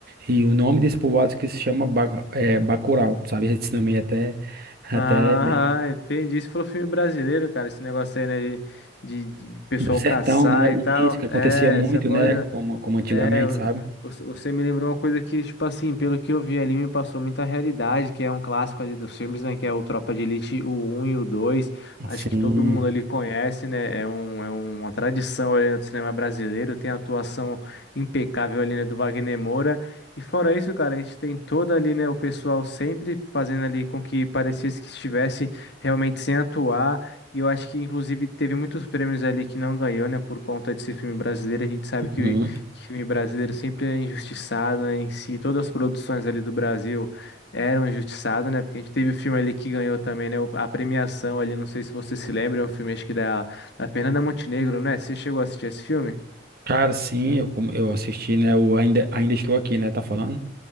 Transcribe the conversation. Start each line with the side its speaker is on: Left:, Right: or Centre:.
Right: E o nome desse povoado que se chama Ba- é, Bacurau, sabe? Esse nome é até, até
Left: Ah,
Right: meio...
Left: entendi. Isso foi filme brasileiro, cara. Esse negócio aí, né? De, de, de pessoal
Right: e No sertão,
Left: caçar
Right: né?
Left: e tal.
Right: E isso que acontecia
Left: É,
Right: muito,
Left: essa coisa.
Right: né? Como, como antigamente,
Left: É, eu-
Right: sabe?
Left: você você me lembrou uma coisa que, tipo assim, pelo que eu vi ali, me passou muita realidade, que é um clássico ali dos filmes, né? Que é o Tropa de Elite, o um e o 2.
Right: Assim...
Left: Acho que todo mundo ali conhece, né? É, um, é uma tradição ali no cinema brasileiro, tem a atuação impecável ali, né, do Wagner Moura. E fora isso, cara, a gente tem todo ali, né, o pessoal sempre fazendo ali com que parecesse que estivesse realmente sem atuar. E eu acho que, inclusive, teve muitos prêmios ali que não ganhou, né, por conta desse filme brasileiro. A gente sabe que
Right: Uhum.
Left: Filme brasileiro sempre é injustiçado, né? Em si, todas as produções ali do Brasil eram injustiçadas, né? Porque a gente teve o filme ali que ganhou também, né? o- A premiação ali, não sei se você se lembra, é um filme acho que da, da Fernanda Montenegro, né? Você chegou a assistir esse filme?
Right: Cara, sim, eu, com- eu assisti, né? O ainda, ainda estou aqui, né? Tá falando?